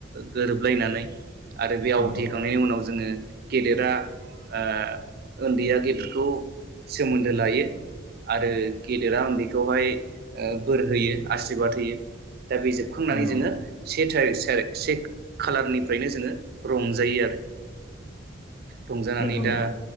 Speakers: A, on the right (about 55°); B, on the left (about 65°).
A: गोरोबलायनानै आरो बेआव
B: नंगौ
A: दिखांनायनि उनाव जो जोङो गेदेरा ओ ओन्दैया गेदेरखौ सोमोन्दो लायो आरो गेदेरा उन्दैखौहाय ओ बोर होयो आसिरबाद होयो दा बे जोबखांनानै
B: नंगौ
A: जोङो से तारिक सारिक से खालारनिफ्रायनो जोङो रंजायो आरो रंजानानै
B: नंगौ नोंथां
A: दा